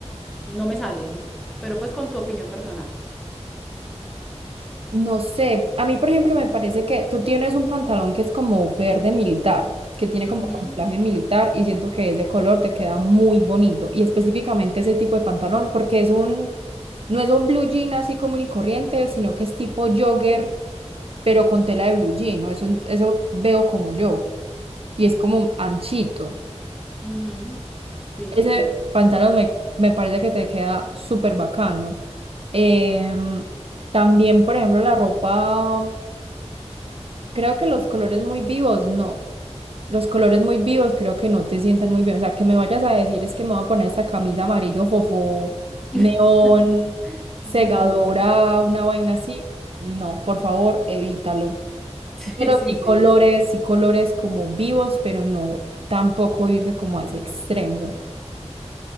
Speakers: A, in the centre; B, on the right.
A: no me salen? Pero pues con tu opinión personal.
B: No sé, a mí por ejemplo me parece que tú tienes un pantalón que es como verde militar, que tiene como
A: Ujú,
B: camuflaje militar y siento que ese color te queda muy bonito y específicamente ese tipo de pantalón porque es un, no es un blue jean así común y corriente, sino que es tipo jogger, pero con tela de blue jean, ¿no? Eso, eso veo como yo y es como anchito.
A: ujú. Sí,
B: Ese
A: sí, sí.
B: pantalón me, me parece que te queda súper bacano. Em, también, por ejemplo, la ropa. Creo que los colores muy vivos, no. Los colores muy vivos creo que no te sientan muy bien. O sea, que me vayas a decir es que me voy a poner esta camisa amarillo fofó,
A: <laughs>
B: neón, segadora,
A: No, no. <laughs>
B: una vaina así. No, por favor, evítalo.
A: Sí,
B: Pero
A: sí,
B: sí
A: sí,
B: colores,
A: es cierto.
B: sí colores como vivos, pero no tampoco irte como a ese extremo.